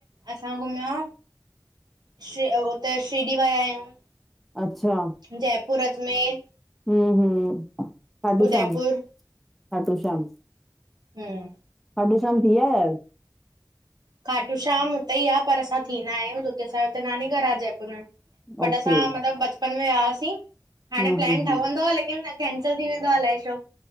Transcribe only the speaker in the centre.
अच्छा
हेम, हूम खाटू
शाम खाटू शाम
खाटूशाम थी आया आहियो?
ओके,
हम्म हम्म
हम्म,